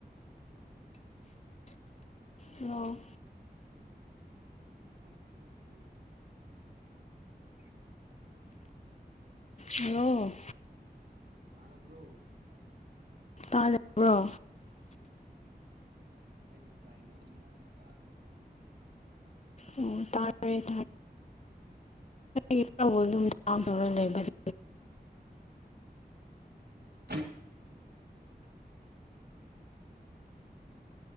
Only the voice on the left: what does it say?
ꯍꯜꯂꯣ
ꯍꯜꯂꯣ
ꯇꯥꯗꯕ꯭ꯔꯣ
ꯑꯣ ꯇꯥꯔꯦ <unintelligible>